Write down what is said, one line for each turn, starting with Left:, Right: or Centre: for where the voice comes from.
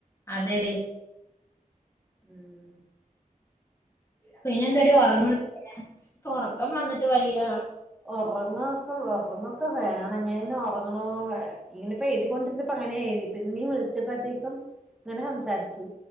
Left: അതെടി
Centre: ഉം
Left: പിന്നെ എന്താടി ഓർങ്ങണന്നുല്ലേ ഇനിക്ക് ഉറക്കം വന്നിട്ട് വയ്യ
Centre: ഒറങ്ങാ ഉറങ്ങൊക്കെ വേണം ഞാൻ ഇന്ന് ഒർ ങ്ങ്നേ ഇനിപ്പോയ് എയ്തി കൊണ്ട്ഇരിന്നപ്പം ഇങ്ങനെ എയ്തി വിളിച്ചപ്പത്തേയ്ക്കും ഇങ്ങനെ സംസാരിച്ചു